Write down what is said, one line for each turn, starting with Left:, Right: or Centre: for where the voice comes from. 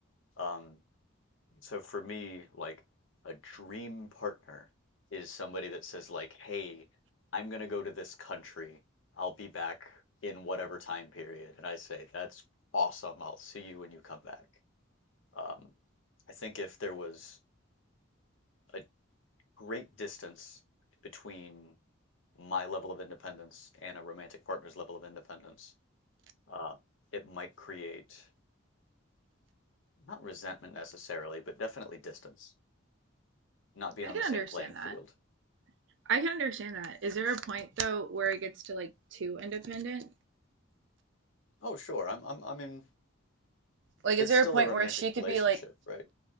Left: um so for me like a dream partner is somebody that says like hey i'm going to go to this country i'll be back in whatever time period and i say that's awesome i'll see you when you come back um i think if there was a great distance between my level of independence and a romantic partner's level of independence, uh, it might create not resentment necessarily, but definitely distance, not being
Right: I
Left: on
Right: can
Left: the same
Right: understand
Left: playing field.
Right: that. I can understand that. Is there a point though where it gets to like too independent?
Left: Oh, sure, I'm, I'm, I mean,
Right: Like,
Left: it's
Right: is there
Left: still
Right: a point
Left: a romantic
Right: where she could
Left: relationship,
Right: be like
Left: right?